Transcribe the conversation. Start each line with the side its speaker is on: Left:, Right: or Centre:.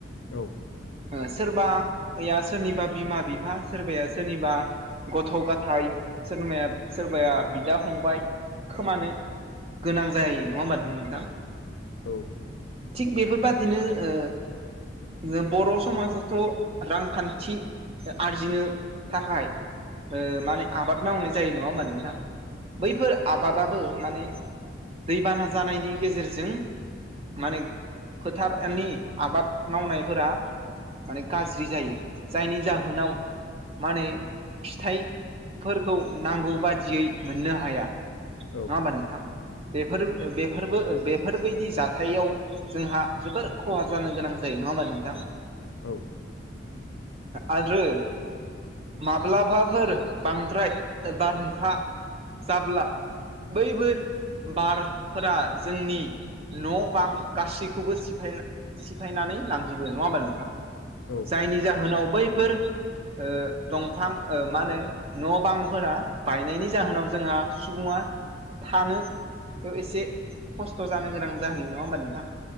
Left: औ।
Right: ओ सोरबाया सोरनिबा बिमा बिफा सोरबाया सोरनिबा गथ' गथाय सोरबाया सोरबाया बिदा फंबाय खोमानो गोनां जायो नङा होमबा नोंथां?
Left: औ।
Right: थिग बेफोरबादिनो ओ ओ बर' समाजाथ' रांखान्थि आरजिनो थाखाय ओ माने आबाद मावनाय जायो नङा होमबा नोंथां? बैफोर आबादाबो माने दैबाना जानायनि गेजेरजों माने फोथारनि आबाद मावनायफोरा माने गाज्रि जायो जायनि जाहोनाव माने फिथाइ फोरखौ नांगौ बादियै मोननो हाया।
Left: औ
Right: नङा होमबा नोंथां बेफोर बेफोरबो बेफोरबायदि जाथायाव जोंहा जोबोर खहा जानो गोनां जायो नङा होमबा नोंथां?
Left: औ।
Right: आरो माब्लाबाफोर बांद्राय बारहुंखा जाब्ला बैफोर बारफोरा जोंनि न' बां गासैखौबो सिफायना सिफायनानै लांजोबो नङा होमबा नोंथां?
Left: औ।
Right: जायनि जाहोनाव बैफोर ओ दंफां ओ मा होनो न' बांफोरा बायनायनि जाहोनाव जोंहा सुबुङा थानोयाव एसे खस्थ' जानो गोनां जाहैयो नङा होमबा नोंथां?